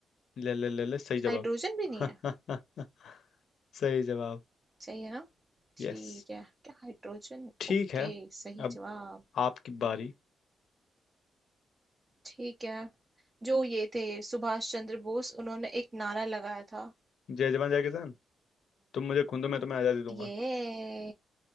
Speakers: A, on the left; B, on the right.
A: ले ले ले ले सही जवाब
B: हाइड्रोजन भी
A: <laughs>
B: नहीं है
A: सही जवाब
B: सही है ना ठीक
A: यस
B: है क्या हाइड्रोजन
A: ठीक
B: ओके
A: है
B: सही
A: अब
B: जवाब
A: आपकी बारी
B: ठीक है जो ये थे सुभाष चंद्र बोस उन्होंने एक नारा लगाया था
A: जय जवान जय किसान तुम मुझे खून दो मैं तुम्हें आजादी दूंगा
B: ये